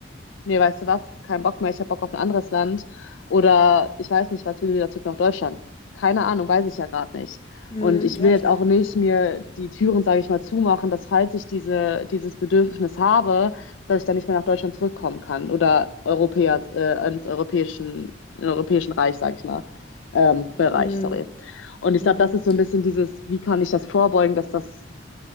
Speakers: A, on the left; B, on the left.
A: nee, weißt du was, kein Bock mehr, ich habe Bock auf ein anderes Land oder ich weiß nicht, was will wieder zurück nach Deutschland. Keine Ahnung, weiß ich ja gerade nicht.
B: mm,
A: Und ich
B: ja,
A: will jetzt
B: klar.
A: auch nicht mir die Türen, sage ich mal, zumachen, dass falls ich diese, dieses Bedürfnis habe, dass ich dann nicht mehr nach Deutschland zurückkommen kann oder Europäer, äh, ins europäischen, in europäischen Reich, sage ich mal, ähm, Bereich,
B: Mm,
A: sorry. Und ich
B: mm,
A: glaube, das ist so ein bisschen dieses, wie kann ich das vorbeugen, dass das